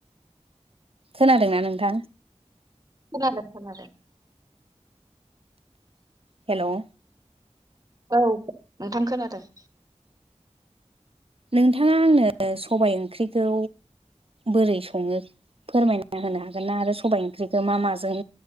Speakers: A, on the right; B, on the right.
A: खोनादोंना नोंथां
B: खोनादों खोनादों
A: हेल'
B: औ नोंथां खोनादों
A: नोंथाङा आंनो सबाय ओंख्रिखौ बोरै सङो फोरमायना होनो हागोन ना आरो सबाय ओंख्रिखौ मा माजों